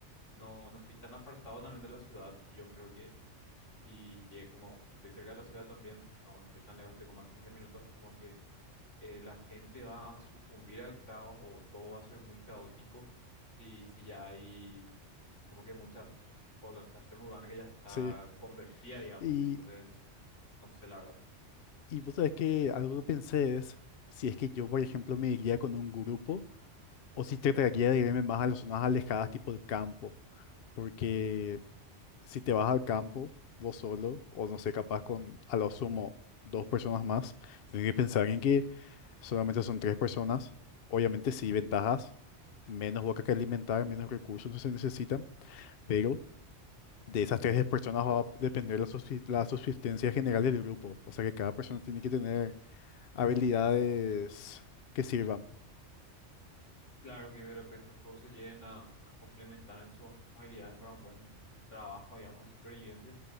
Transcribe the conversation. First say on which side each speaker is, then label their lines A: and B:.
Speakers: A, on the left; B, on the left.
A: no, no estoy tan apartado también de la ciudad y yo creo que si llegué como estoy cerca de la ciudad también, no, no estoy tan lejos, estoy como a 15 minutos, como que eh, la gente va a sucumbir al caos o todo va a ser muy caótico si, si ya hay como que mucha población urbana que ya está
B: sí.
A: convertida, digamos.
B: Y,
A: Entonces, no sé, la verdad.
B: y vos sabés que algo que pensé es si es que yo, por ejemplo, me iría con un grupo o si trataría de irme más a las zonas alejadas, tipo el campo. Porque si te vas al campo, vos solo, o no sé, capaz con a lo sumo dos personas más, tenés que pensar en que solamente son tres personas. Obviamente sí, ventajas, menos boca que alimentar, menos recursos no se necesitan, pero De esas tres personas va a depender la, subsi- la subsistencia general del grupo. O sea que cada persona tiene que tener habilidades que sirvan.
A: Claro que de repente todo se lleguen a, a complementar en sus habilidades para un buen trabajo, digamos, de supervivencia.